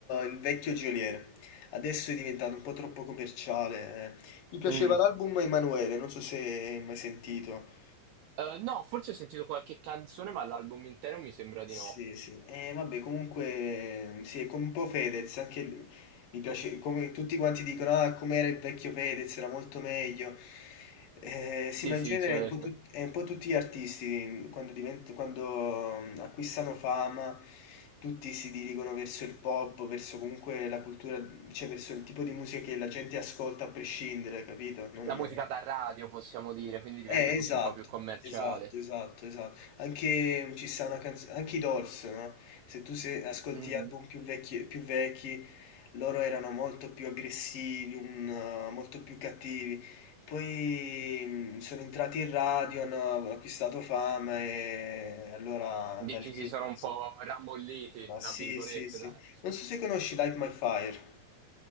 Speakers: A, on the left; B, on the right.
A: il vecchio Geolier. Adesso è diventato un po' troppo commerciale. eh. Mi piaceva
B: Mm.
A: l'album Emanuele, non so se hai mai sentito.
B: Eh, no, forse ho sentito qualche canzone, ma l'album intero mi sembra di
A: Sì,
B: no.
A: sì. Eh, vabbè, comunque, sì, è come un po' Fedez, anche l- mi piace, come tutti quanti dicono, ah, com'era il vecchio Fedez, era molto meglio. Eh, sì,
B: Sì,
A: ma
B: sì,
A: in genere
B: certo.
A: è un po', tut- è un po' tutti gli artisti, quando, divent- quando mm, acquistano fama, tutti si dirigono verso il pop, verso comunque la cultura, cioè verso il tipo di musica che la gente ascolta a prescindere, capito? Non...
B: La musica da radio, possiamo dire, quindi diventa
A: Eh,
B: tutto
A: esatto,
B: un po' più commerciale.
A: esatto, esatto, esatto. Anche mm, ci sta una canzone, anche i Doors, no? Se tu se- ascolti
B: Mhm.
A: album più vecchi, più vecchi, loro erano molto più aggressivi, un, uh, molto più cattivi. Poi mm, sono entrati in radio, hanno acquistato fama e allora
B: Dici
A: da lì...
B: si sono un
A: sì.
B: po' rammolliti,
A: Ma
B: tra
A: sì,
B: virgolette,
A: sì, sì.
B: dai.
A: Non so se conosci Light My Fire.